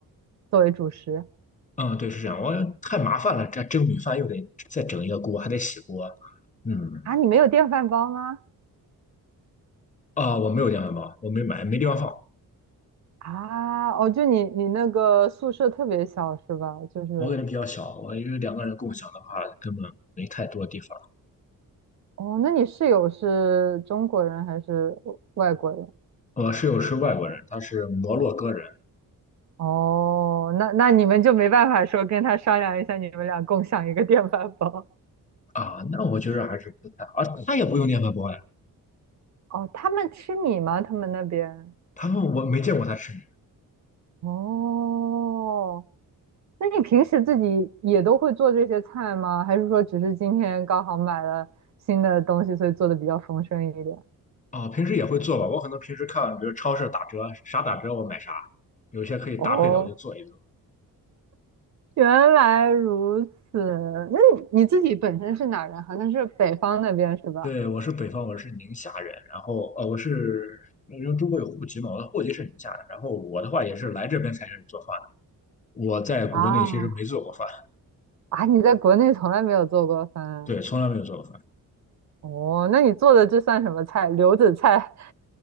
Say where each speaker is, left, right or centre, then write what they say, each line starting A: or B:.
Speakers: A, on the right; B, on the left.
A: 作为主食
B: 嗯，对，是这样。我太麻烦了，这蒸米饭又得再整一个锅，还得洗锅。嗯，
A: 啊，你没有电饭煲吗？
B: 啊，我没有电饭煲，我没买，没地方放。
A: 啊，哦，就你你那个宿舍特别小是吧？就是。
B: 我感觉比较小，我因为两个人共享的话，根本没太多地方。
A: 哦，那你室友是中国人还是外国人？
B: 我室友是外国人，他是摩洛哥人
A: 哦，那那你们就没办法说跟他商量一下，你们俩共享一个电饭煲。
B: 啊，那我觉得还是不太，好，啊，他也不用电饭煲呀，
A: 哦，他们吃米吗？他们那边？
B: 他们我没见过他吃面
A: 哦，那你平时自己也都会做这些菜吗？还是说只是今天刚好买了新的东西，所以做的比较丰盛一点？
B: 啊，平时也会做吧，我可能平时看，比如超市打折，啥打折我买啥，有些可以搭配的我就做一做。
A: 哦，原来如此。那你你自己本身是哪人？好像是北方那边是吧？
B: 对，我是北方，我是宁夏人，然后呃，我是因为中国有户籍嘛，我的户籍是宁夏的，然后我的话也是来这边才开始做饭的，我在国内其实没做过饭，
A: 啊，啊，你在国内从来没有做过饭啊
B: 对，从来没有做过饭。
A: 哦？那你做的这算什么菜？留子菜？